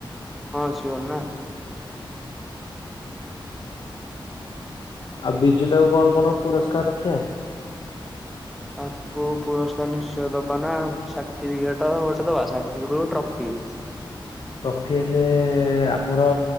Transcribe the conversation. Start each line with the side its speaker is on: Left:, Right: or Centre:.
Centre: ହଁ ସିଓର ନା?
Left: ଆଉ ବିଜୁତାକୁ କଣ କଣ ପୁରସ୍କାର ରଖିବା?
Centre: ତାଙ୍କୁ ପୁରସ୍କାର ନିଶ୍ଚୟ ଦବା ନା ସାର୍ଟିଫିକେଟ ଗୋଟେ ଦବା ସାର୍ଟିଫିକେଟକୁ ଟ୍ରଫି।
Left: ଟ୍ରଫି ହେଲେ ଆମର